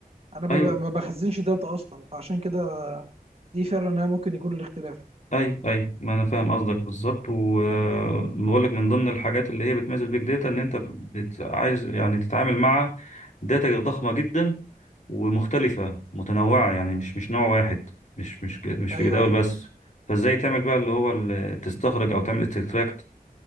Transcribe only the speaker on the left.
أيوة
اي اي ما انا فاهم قصدك بالظبط وبقول لك من ضمن الحاجات اللي هي بتميز البيج داتا ان انت بت... عايز يعني تتعامل مع داتا ضخمه جدا ومختلفه متنوعه يعني مش مش نوع واحد مش مش ج- مش
في جداول
بس فازاي تعمل بقى اللي هو ال- تستخرج او تعمل استكتراكت